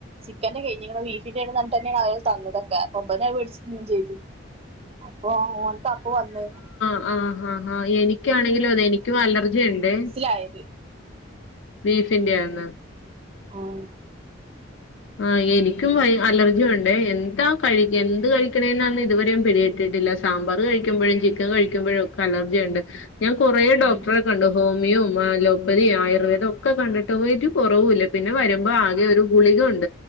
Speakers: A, on the right; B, on the left.
A: ചിക്കന്റെ കഴിഞ്ഞിക്കാണ് പിന്ന എടട്ട് തന്നെയാണ് അവര് തന്നതൊക്കെ അപ്പൊ വേടിച്ച് തിന്നേ ചെയ്തു അപ്പൊ ഓനക്ക് അപ്പ വന്ന
B: ആ ആ ആ എനിക്കാണെങ്കിലും അതെ എനിക്കും അലർജിയുണ്ട്
A: എനിക്കയത്
B: ബീഫിന്റെയാന്ന്
A: ആഹ്
B: ആ എനിക്കും അലർജി ഉണ്ട് എന്താ കഴിക്ക എന്ത് കഴിക്കണേ എന്നന്ന് ഇതുവരെയും പിടികിട്ടി- ട്ടീട്ടില്ല സാമ്പർ കഴി - ചിക്കൻ കഴുക്കുമ്പോഴൊക്കെ അലർജിയുണ്ട് ഞാൻ കൊറേ
A: ഉം
B: ഡോക്ടറെ
A: ഉം
B: കണ്ടു ഹോം - മിയും അലോപ്പതിയും ആയുർവേദം ഒക്കെ കണ്ടിട്ട് പോയിട്ട് ഒരു കുറവില്ല പിന്നെ വരുമ്പോൾ ആകെ ഒരു ഗുളിക ഉണ്ട്